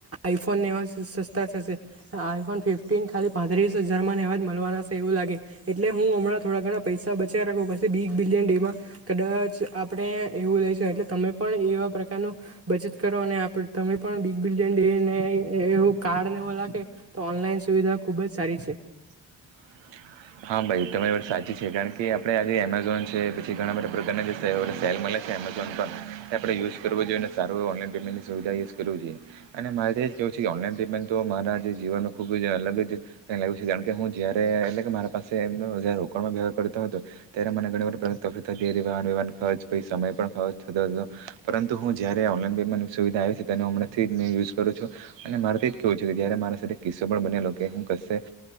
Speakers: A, on the right (about 30°); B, on the right (about 80°).
A: આઈફોન એવા સસ્તા થશે આઈફોન ફિફ્ટીન ખાલી પાંત્રીસ હજાર માં નવાજ મળવાનાશે એવું લાગે એટલે હું હમણાં થડા ઘણા પૈસા બચ રાખવું પડશે બિગ બિલિયન એમાં કદાચ આપણે એવું લઈશ એટલે તમે પણ એવા પ્રકારનું બચત કરો અને તમે પણ બિગ બિલિયન ડેને એવું કાર્ડ તો ઓનલાઈન સુવિધા ખુબ જ સારી છે
B: <inaudible> હા ભાઈ તમારી સાચી છે કારણ કે આપડે આજે એમેઝોન છે પછી ઘણા બધા પ્રકારના જે સેલ મળે. એમેઝોન પર આપણે યુઝ કરવો જોઈએને સારું ઓનલાઈન પેમેન્ટની સુવિધા જ કરવી જોઈએ અનેરે એ જ કવું છે કે ઓનલાઈન પેમેન્ટ તો મારા જે જીવનમાં ખૂબ જ અલગ જ કારણ કે હું જયારે એટલે કે મા પાસે એમનો જ રોકાણમાં વહાર કરતો હતો ત્યારે મને ઘણીવાર પ્ર થતી હતી વાહન વહન ખર્ચ પછી સમય પણ ખર્ચ થતો હતો પરંતુ હું જયારે ઓનલાઈન પેમેન્ટ. સુવિધા આવી છે તેનો હમણાંથી જ મેં યુઝ કરું છું અને મારેથી. કેવું છે કે જ્યારે મારા સાથે કિસ્સો પણ બનેલો કે હું કશે